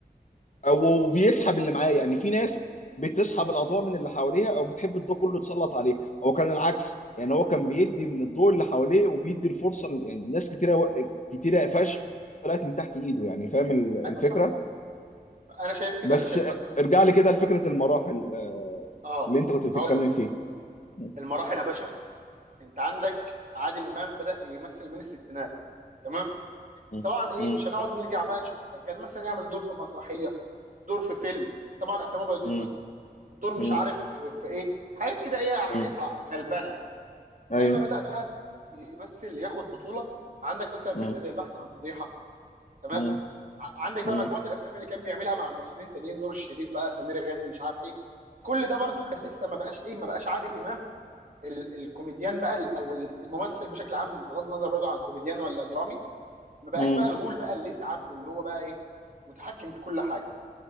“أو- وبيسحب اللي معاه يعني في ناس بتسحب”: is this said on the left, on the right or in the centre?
Left